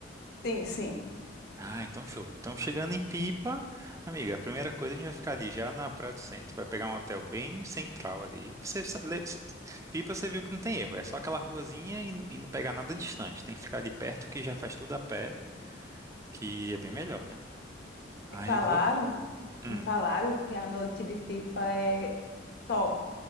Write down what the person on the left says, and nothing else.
Sim, sim.
Me falaram,
me falaram que a noite de Pipa é top.